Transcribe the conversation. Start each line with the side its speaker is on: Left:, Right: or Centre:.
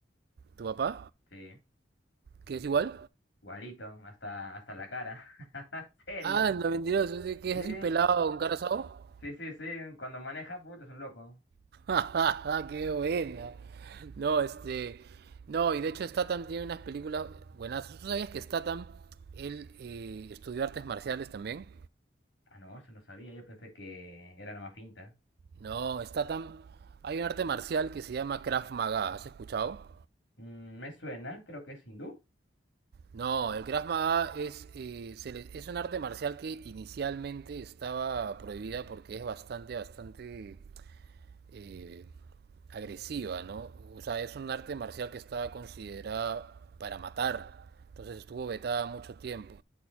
Right: ¿Tu papá?
Left: Sí.
Right: ¿Que es igual?
Left: Igualito, hasta, hasta la cara. <laughs> ¿En
Right: Ah,
Left: ¿Serio?
Right: el 92, ese que
Left: Sí.
Right: es así pelado con cara asado.
Left: Sí, sí, sí, cuando maneja, puta, es un loco.
Right: <laughs> ¡Ja! ¡Qué buena! No, este... No, y de hecho Statham tiene unas películas buenas. ¿Tú sabías que Statham, él eh, estudió artes marciales también?
Left: Ah, no, eso no sabía, yo pensé que era nomás finta.
Right: No, está tan... Hay un arte marcial que se llama Krav Maga, ¿has escuchado?
Left: Mm, me suena, creo que es hindú.
Right: No, el Krav Maga es, eh, se le- es un arte marcial que inicialmente estaba prohibida porque es bastante, bastante eh, agresiva, ¿no? O sea, es un arte marcial que estaba considerada para matar, entonces estuvo vetada mucho tiempo.